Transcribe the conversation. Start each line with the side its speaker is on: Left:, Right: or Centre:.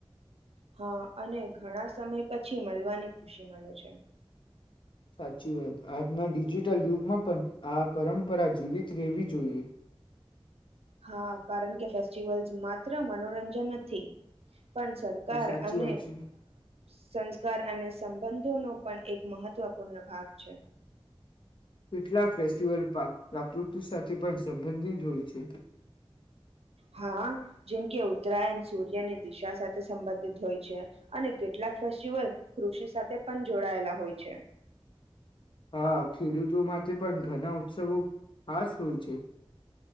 Right: હા અને ઘણા સમય પછી મલવાની ખુશી મળે છે.
Left: સાચી વાત આજના ડિજિટલ યુગમાં પણ આ પરંપરા જીવિત રહેવી જોઈએ.
Right: હા કારણ કે ફેસ્ટિવલ્સ માત્ર મનોરંજન નથી. પણ સરકાર
Left: સાચી
Right: અને
Left: વાત છે
Right: સંસ્કાર અને સંબંધ તો નો પણ એક મહત્વપૂર્ણ ભાગ છે.
Left: કેટલાક ફેસ્ટિવલ પ્રાકૃતિ સાથે પણ સંબંધિત હોય છે.
Right: હા જેમ કે ઉત્તરાયણ સૂર્યની દિશા સાથે સંબંધિત હોય છે અને કેટલાક ફેસ્ટિવલ કૃષિ સાથે પણ જોડાયેલા હોય છે.
Left: હા ખેડૂતો માટે પણ ઘણા ઉત્સવો ખાસ હોય છે.